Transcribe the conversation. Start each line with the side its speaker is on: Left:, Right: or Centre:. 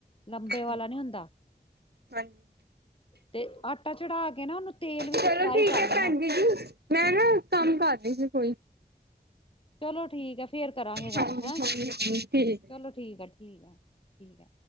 Left: ਲੰਬੇ ਵਾਲਾ
Right: ਹਾਂਜੀ
Left: ਨੀ ਹੁੰਦਾ।
Right: ਹਾਂਜੀ
Left: ਤੇ ਆਟਾ ਚੜਾ ਕੇ ਨਾ, ਓਨੂੰ ਤੇਲ ਵਿੱਚ
Right: ਚਲੋ
Left: ਫਰਾਈ
Right: ਠੀਕ
Left: ਕਰ
Right: ਹੈ
Left: ਲੈਣਾ।
Right: ਭੈਣ ਜੀ ਮੈਂ ਨਾ ਕੰਮ ਕਰ ਰਹੀ ਸੀ ਕੋਈ।
Left: ਚਲੋ ਠੀਕ ਐ ਫੇਰ ਕਰਾਂਗੇ ਗੱਲ
Right: ਹਾਂਜੀ
Left: ਹੈਂ,
Right: ਹਾਂਜੀ ਠੀਕ
Left: ਚਲੋ ਠੀਕ ਐ, ਠੀਕ ਐ, ਠੀਕ ਐ।